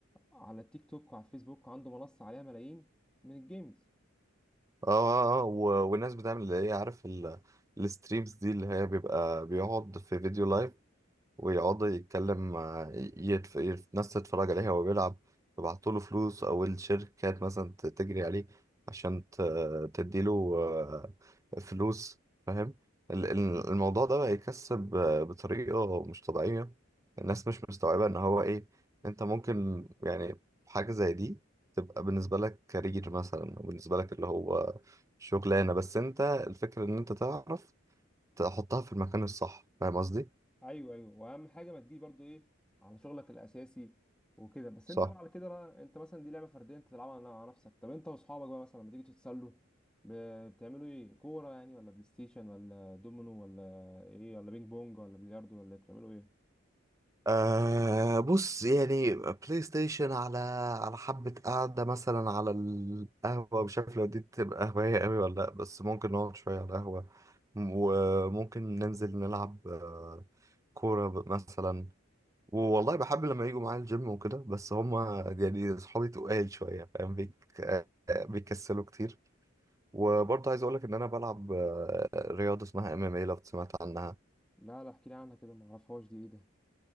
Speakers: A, in the centre; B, on the right.
A: على التيك توك وعلى الفيسبوك عنده منصه عليها ملايين من الجيمز
B: اه اه, آه. و... والناس بتعمل اللي هي عارف ال... الستريمز دي اللي هي بيبقى بيقعد في فيديو لايف ويقعد يتكلم مع يتف... يتف- ناس تتفرج عليه وهو بيلعب يبعتوا له فلوس أو الشركات مثلا ت- تجري عليه عشان ت... تديله آه، فلوس فاهم ال- ال- الموضوع ده بقى يكسب آه، بطريقة مش طبيعية الناس مش مستوعبة إن هو إيه أنت ممكن يعني حاجة زي دي تبقى بالنسبة لك كارير مثلا أو بالنسبة لك اللي هو شغلانة بس أنت الفكرة إن أنت تعرف تحطها في المكان الصح فاهم قصدي؟
A: ايوه ايوه واهم حاجه ما تجيش برضو ايه على شغلك الاساسي وكده بس
B: صح
A: انت بقى على كده بقى انت مثلا دي لعبه فرديه انت تلعبها على نفسك طب انت واصحابك بقى مثلا لما تيجي تتسلوا ب- بتعملوا ايه كوره يعني ولا بلاي ستيشن ولا دومينو ولا ايه ولا بينج بونج ولا بلياردو ولا إيه؟ بتعملوا ايه
B: أه بص يعني بلاي ستيشن على على حبة قعدة مثلا على القهوة مش عارف لو دي تبقى هواية قوي ولا لأ بس ممكن نقعد شوية على القهوة وممكن ننزل نلعب آه، كورة ب- مثلا والله بحب لما يجوا معايا الجيم وكده بس هما يعني صحابي تقال شوية فاهم بيك آه، بيكسلوا كتير وبرضه عايز أقولك إن أنا بلعب آه، رياضة اسمها ام ام اي لو سمعت عنها
A: لا لا احكي لي عنها كده ما اعرفهاش دي ايه ده